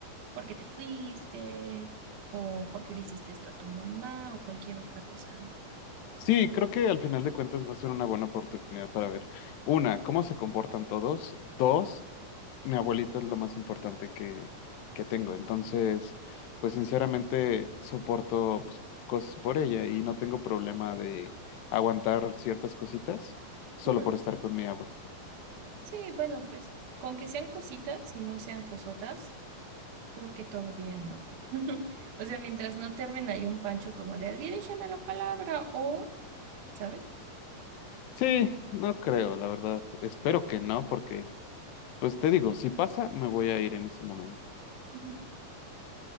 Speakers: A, on the right; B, on the left.
A: por qué te fuiste o por qué le hiciste esto a tu mamá o cualquier otra cosa, ¿no?
B: Sí, creo que al final de cuentas va a ser una buena oportunidad para ver, una, cómo se comportan todos, dos, mi abuelita es lo más importante que, que tengo, entonces, pues sinceramente soporto pues, cosas por ella y no tengo problema de aguantar ciertas cositas solo
A: Ujú.
B: por estar con mi abue.
A: Sí, bueno, pues con que sean cositas y no sean cosotas, creo que todo bien, ¿no? <laughs> O sea, mientras no termine ahí un pancho como de dirígeme la palabra o, ¿sabes?
B: Sí, no creo, la verdad, espero que no, porque, pues te digo, si pasa, me voy a ir en ese momento.
A: Ujú.